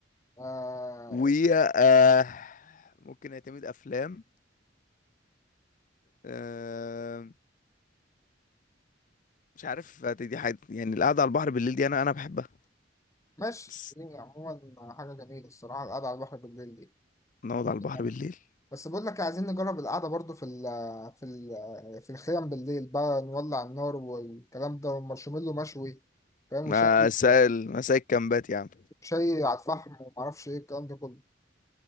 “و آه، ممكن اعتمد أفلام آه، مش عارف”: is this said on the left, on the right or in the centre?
Left